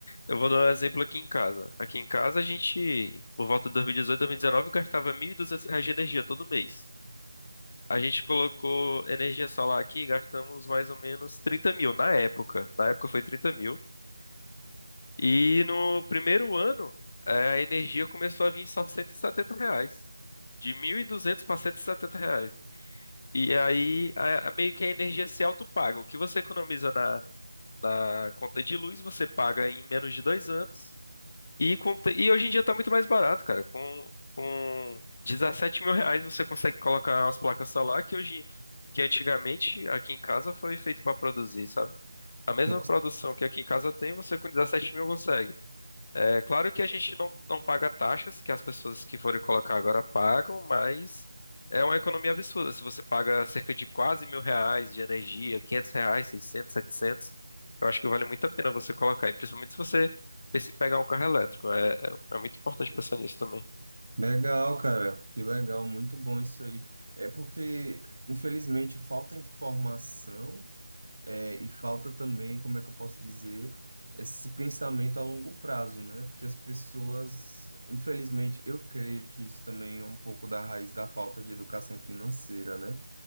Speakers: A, on the left; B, on the right.
A: eu vou dar um exemplo aqui em casa. Aqui em casa, a gente, por volta de 2018, 2019, gastava 1.200 reais de energia todo mês. A gente colocou energia solar aqui e gastamos mais ou menos 30 mil na época. Na época foi 30 mil. E no primeiro ano, eh, a energia começou a vir só 170 reais. De 1.200 para 170 reais. E aí, a- a- meio que a energia se autopaga. O que você economiza na na conta de luz, você paga em menos de dois anos. E, com, e hoje em dia tá muito mais barato, cara. Com, com 17 mil reais você consegue colocar umas placas solar que hoje, que antigamente aqui em casa foi feito para produzir, sabe? A mesma
B: Nossa,
A: produção que aqui em casa tem, você com 17 mil consegue. É claro que a gente não, não paga taxas que as pessoas que forem colocar agora pagam, mas é uma economia absurda. Se você paga cerca de quase mil reais de energia, 500 reais, 600, 700, eu acho que vale muito a pena você colocar. E principalmente se você se pegar um carro elétrico. É, é, é muito importante pensar nisso também.
B: legal, cara. Que legal, muito bom isso aí. É porque, infelizmente, falta informação, é, e falta também, como é que eu posso dizer, esse pensamento a longo prazo, né? Porque as pessoas, infelizmente, eu creio que isso também é um pouco da raiz da falta de educação financeira, né?